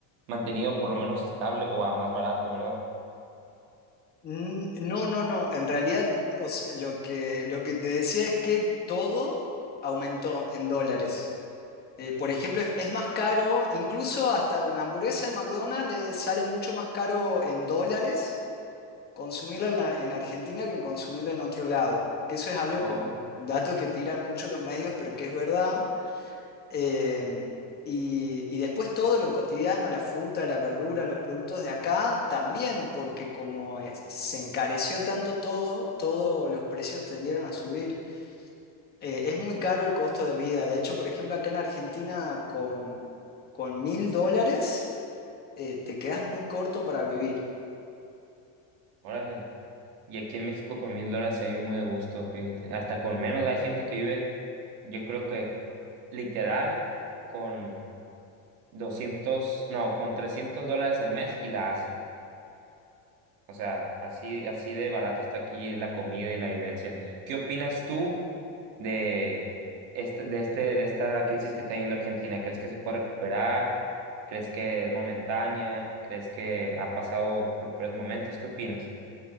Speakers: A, on the right; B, on the left.
A: mantenido por lo menos estable o a más barato, ¿verdad?
B: Mm, No, no, no. En realidad, o sea, lo que, lo que te decía es que todo aumentó en dólares. Eh, por ejemplo, es, es más caro, incluso hasta una hamburguesa de McDonald's eh, sale mucho más caro en dólares consumirla en, la- en Argentina que consumirla en otro lado. Que eso es algo
A: No,
B: como un dato que tiran mucho los medios, pero que es verdad. Em, y, y después todo lo cotidiano, la fruta, la verdura, los productos de acá, también, porque como es- se encareció tanto todo, todos los precios tendieron a subir. Eh, es muy caro el costo de vida. De hecho, por ejemplo, acá en Argentina con, con mil dólares eh, te quedas muy corto para vivir.
A: Órale. Y aquí en México con mil dólares se vive muy a gusto, fíjate. Hasta con menos hay gente que vive, yo creo que literal con 200, no, con 300 dólares al mes y la hace. O sea, así, así de barato está aquí la comida y la vivencia. ¿Qué opinas tú de este, de este, de esta crisis que está viviendo Argentina? ¿Crees que se puede recuperar? ¿Crees que es momentánea? ¿Crees que ha pasado por peores momentos? ¿Qué opinas?